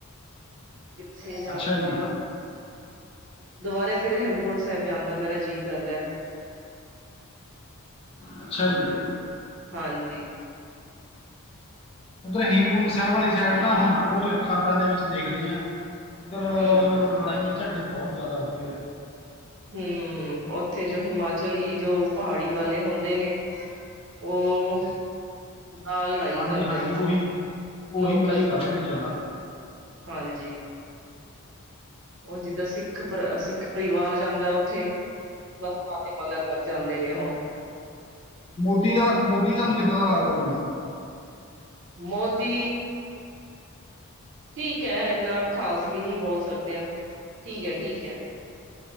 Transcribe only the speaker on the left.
ਅੱਛਾ
ਜੀ,
ਅੱਛਾ ਜੀ।
ਉਧਰ ਹੇਮਕੁੰਡ ਸਾਹਿਬ ਵਾਲੀ ਸਾਈਡ ਤਾਂ ਹੁਣ ਰੋਜ਼ ਖ਼ਬਰਾਂ ਦੇ ਵਿੱਚ ਦੇਖਦੇ ਆ ਉਧਰ
ਲੜਾਈਆਂ ਝਗੜੇ ਬਹੁਤ ਜਿਆਦਾ ਹੋ ਗਏ ਆ।
ਹਾਂਜੀ
ਹਾਂਜੀ
ਉਹੀ ਉਹੀ
ਲੜਾਈ ਕਰ ਰਹੇ ਜ਼ਿਆਦਾ
ਮੋਦੀ ਦਾ ਮੋਦੀ ਤੁਹਾਨੂੰ ਕਿੱਦਾਂ ਦਾ ਲੱਗਦਾ ਬੰਦਾ